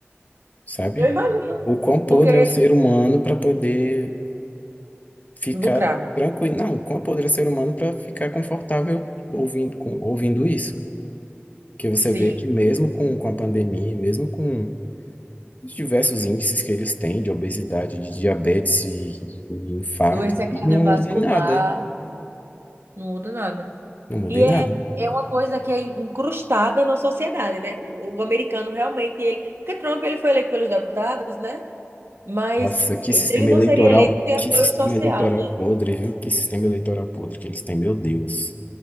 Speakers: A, on the left (about 40°); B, on the right (about 65°).
A: sabe?
B: Eu imagino,
A: O quão podre
B: porque
A: é o ser humano para poder ficar
B: lucrar.
A: tranquilo. Não, o quão podre é o ser humano para ficar confortável ouvindo, com- ouvindo isso. Que você
B: Sim,
A: vê que mesmo com, com a pandemia, mesmo com os diversos índices que eles têm de obesidade, de diabetes e, e infarto,
B: doença
A: e
B: cardiovascular.
A: não muda em nada.
B: Não muda nada.
A: Não muda
B: E
A: em
B: é,
A: nada.
B: é uma coisa que é incrustada na sociedade, né? O, o americano realmente, ele, porque Trump ele foi eleito pelos deputados, né? Mas
A: Nossa, que
B: ele
A: sistema
B: não
A: eleitoral,
B: seria eleito sem apoio
A: que sistema
B: social,
A: eleitoral
B: né?
A: podre, viu? Que sistema eleitoral podre que eles têm, meu Deus.